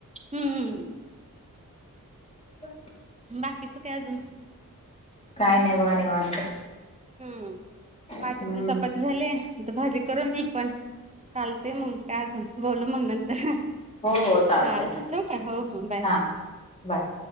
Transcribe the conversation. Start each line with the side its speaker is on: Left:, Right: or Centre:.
Right: हम्म
Left: <inaudible>
Right: बाकीच काय अजून?
Left: काय नाही बघा निवांत.
Right: हम्म, माझे
Left: हम्म
Right: पण चपा ती झाले आता भाजी करून मी पण, चालतय मग काय अजून बोलू मग नंतर.
Left: हो हो चालतय
Right: चालतंय
Left: हा
Right: ठेवू का? हो हो बाय!
Left: हा बाय!